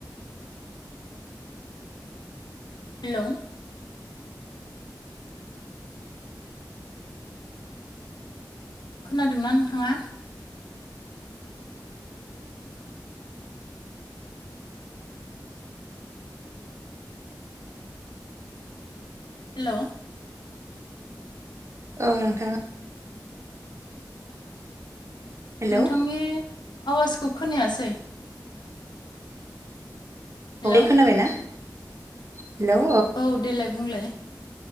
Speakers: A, on the left (about 85°); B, on the right (about 40°).
A: हेल' खोनादोंना नोंथाङा? हेल'
B: औ नोंथां। हेलौ
A: नोंथांनि आवाजखौ खोनायासै हेलौ
B: बे खोनाबायना हेलौ
A: औ देलाय बुंलाय।